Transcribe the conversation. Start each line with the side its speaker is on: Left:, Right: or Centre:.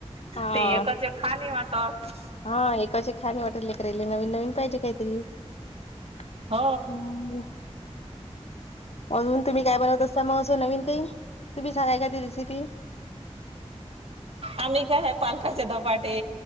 Left: हां,
Right: ते एकच- एक खा नहीं वाटत.
Left: हां, एकाचे एक खा नई वाटत लेकराले, नवीन-नवीन पाहिजे, काहीतरी. <unintelligible>
Right: हो
Left: अजून तुम्ही, काय बनवत असता म, असं नवीन काही, तुम्ही सांगा एखादी, रेसिपी.
Right: आम्ही काय, ह्या पालकाचे धपाटे,